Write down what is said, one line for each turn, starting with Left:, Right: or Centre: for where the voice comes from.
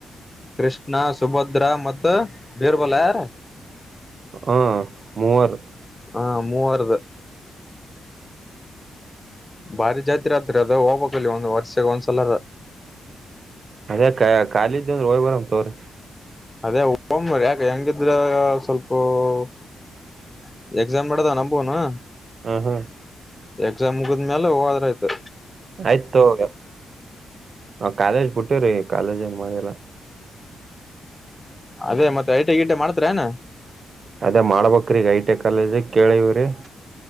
Left: ಕೃಷ್ಣ ಸುಭದ್ರಾ ಮತ್ತ ಬೀರ್ಬಲ ಯಾರ
Right: ಹಾ ಮೂವರು
Left: ಹಾ ಮೂವಾರದು ಬಾರಿ ಜಾತಿ ಆತ್ರಿ ಅದ ಹೋಗ್ಬಕ್ಲ್ಲಿ ಒಂದ್ ವರ್ಷಗ ಒಂದ್ಸಲರ
Right: ಅದೇ ಕಾಲಿ ಇದ್ರೆ ಅಂದ ಹೋಗ್ ಬರಮ ತಾಳ್ರಿ
Left: ಅದೇ ರಿ ಯಾಕ ಹೆಂಗಿದ್ರ ಸ್ವಲ್ಪ <unintelligible> ಎಕ್ಸಾಮ ಮಾಡದ ನಮಗೂನು
Right: ಹ್ಮ ಹ್ಮ
Left: ಎಕ್ಸಾಮ್ ಮುಗಿದ್ಮೇಲೆ ಹೋದರಾಯ್ತು
Right: ಆಯ್ತು ಹೋಗ ನಾವ ಕಾಲೇಜ್ ಬಿುಟ್ಟವ್ರಿ ಕಾಲೇಜ್ ಏನ್ ಹೋಗಲ್ಲ
Left: ಅದೇ ಮತ್ತೆ ಐಟಿ ಗಿಟೆ ಮಾಡ್ತರ ಏನ
Right: ಅದೇ ಮಾಡ್ಬ್ರೀಗ ಐಟಿ ಕಾಲೇಜ ಕೇಳಿವ್ರಿ